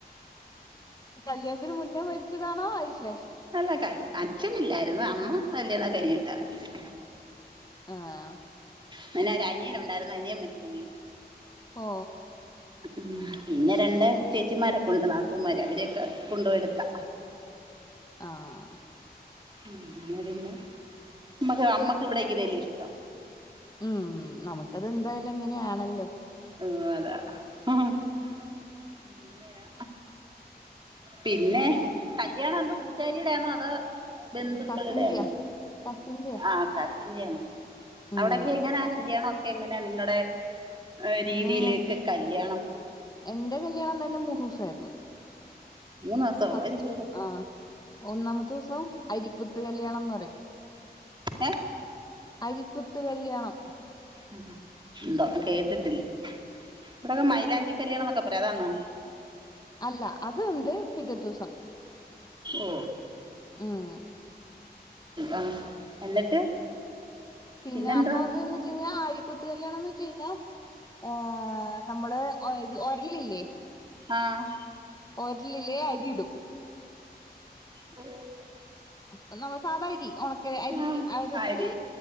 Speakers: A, on the left; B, on the right.
A: കല്യാണത്തിന് മുന്നേ മരിച്ചതാണോ അയിന് ശേ
B: അല്ല കല് അച്ഛനില്ലായിരുന്നു അമ്മ കല്യാണൊക്കെ കഴിഞ്ഞിട്ടാ മരിച്ചേ
A: ആഹ്
B: പിന്നൊരു അനിയൻ ഒണ്ടായിരുന്നു അനിയൻ മരിച്ച് പോയി
A: ഓ
B: ഉം പിന്നെ രണ്ട് ചേച്ചിമാരൊക്കെ ഉണ്ട് നാത്തൂമാര് അവരൊക്കെ കൊണ്ടുപോയെടുത്താ
A: ആ ആഹ്
B: അങ്ങനെ പിന്നെ നമ്മക്ക് നമ്മക്ക് ഇവിടെനിക്കുന്നെ അല്ലേ ഇഷ്ടം
A: ഉം നമുക്കതെന്തായാലും ഇങ്ങനെയാണല്ലോ
B: ഓ അതാ അങ്ങനെയാ പിന്നെ
A: ഉം
B: കല്യാണം എന്തോ കൂട്ടുകാരിടെയാണോ അതോ ബന്ധുക്കളുടെയാണോ
A: കസിന്റെയാ കസിന്റെയാ
B: ആ കർ <unintelligible>
A: ഉം
B: അവിടക്കെ എങ്ങനാ കല്യാണം ഒക്കെ എങ്ങനെയ നിങ്ങടെ ആ രീതിയിലേയെക്കെ
A: ഞങ്ങൾ
B: കല്യാണം
A: എന്റെ കല്യാണം തന്നെ മൂന്ന് ദിവസായിരുന്നു
B: മൂന്ന് ദിവസോ
A: ഫസ്റ്റ്
B: എന്തോ
A: ആഹ് ഒന്നാമത്തെ ദിവസം അരിക്കുത്ത് കല്യാണംന്ന് പറയും
B: ഏ
A: അരിക്കുത്ത് കല്യാണം
B: ആ എന്തോ കേട്ടിട്ടില്ല ഇവിടെക്കെ മൈലാഞ്ചി കല്യാണം എന്നൊക്കെ പറയും അതാന്നോ
A: അല്ല അത് ഉണ്ട് പിറ്റത്തെ ദിവസം
B: ഓ
A: ഉം
B: ആഹ് എന്നിട്ട്
A: പിന്നെ
B: പിന്നെന്താ
A: അപ്പൊ അതിന്ന് വെച്ച് കഴിഞ്ഞാ അരിക്കുത്ത്കല്യാണംന്ന് വെച്ച് കഴിഞ്ഞാ ഏ നമ്മള് ഒയ ഒരലില്ലേ
B: ആഹ്
A: ഒരലില് അരിയിടും
B: ഓ
A: അപ്പ നമ്മ സാധാ അരി ഉണക്ക അരി
B: ആ
A: അതിട്ട്
B: ആരി